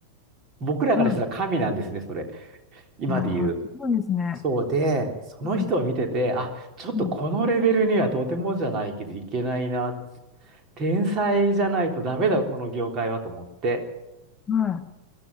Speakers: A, on the right; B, on the left.
A: 僕らからしたら神なんですね、
B: はい。
A: それ。今で言う。
B: ああ、すごいですね。
A: そうで、その人を見てて、
B: うん、
A: あ、ちょっとこのレベルにはとてもじゃないけどいけないなって。
B: うん、
A: 天才じゃないとダメだ、この業界はと思って。
B: は